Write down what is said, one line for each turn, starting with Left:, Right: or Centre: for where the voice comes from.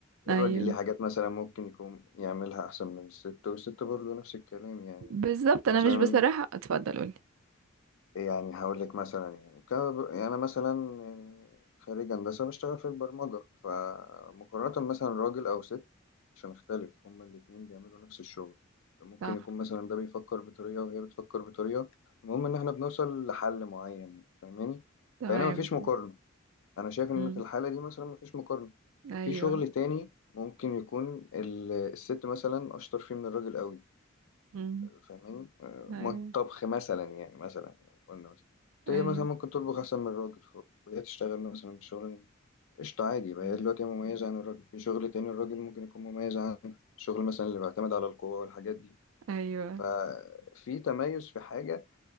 Right: ايوه
Left: الراجل ليه حاجات مثلا ممكن يكون يعملها احسن من الست والست برضه نفس الكلام يعني
Right: بالظبط انا
Left: مثلا
Right: مش بصراحة اتفضل قولي
Left: يعني هقول لك مثلا يعني ك... يعني انا مثلا خريج هندسه بشتغل في البرمجه فمقارنه مثلا راجل او ست عشان اختلف هما الاتنين بيعملوا نفس الشغل ممكن
Right: صح
Left: يكون مثلا ده بيفكر بطريقه وهي بتفكر بطريقه المهم ان احنا بنوصل لحل معين فاهماني
Right: تمام
Left: فهنا مفيش مقارنه انا شايف ان
Right: امم
Left: في الحاله دي مثلا مفيش مقارنه
Right: ايوه
Left: في شغل تاني ممكن يكون ال- الست مثلا اشطر فيه من الراجل قوي
Right: امم
Left: فاهماني آه،
Right: ايوه
Left: مو- طبخ مثلا يعني مثلا قلنا مثلا
Right: ايوه
Left: هي مثلا ممكن تطبخ أحسن من الراجل ف- وهي تشتغل مثلا بالشغل ده قشطة عادي يبقى
Right: امم
Left: هي دلوقتي مميزة عن الراجل في شغل تاني الراجل ممكن يكون مميز عن الشغل مثلا اللي بيعتمد على القوة والحاجات دي
Right: ايوه
Left: ففي تميز في حاجة